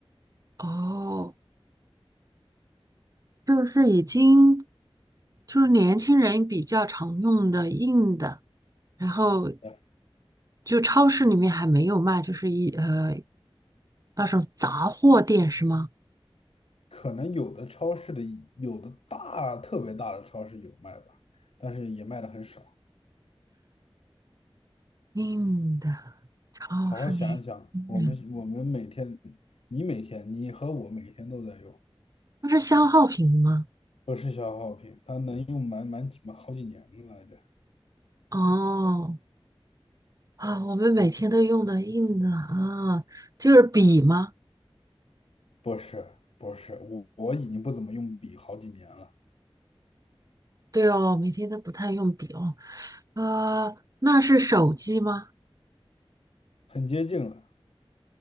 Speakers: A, on the right; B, on the left.
A: 哦，就是已经就是年轻人比较常用的硬的，然后
B: 对，
A: 就超市里面还没有卖，就是一呃那种杂货店是吗？
B: 可能有的超市的有的大特别大的超市有卖吧，但是也卖的很少。
A: 硬的超市里，
B: 好好想一想，
A: 嗯，
B: 我们我们每天，你每天你和我每天都在用，
A: 那是消耗品吗？
B: 不是消耗品，它能用满满几满好几年了来着，
A: 哦啊，我们每天都用的硬的啊，就是笔吗？
B: 不是不是，我我已经不怎么用笔好几年了，
A: 对哦，每天都不太用笔哦。呃，那是手机吗？
B: 很接近了，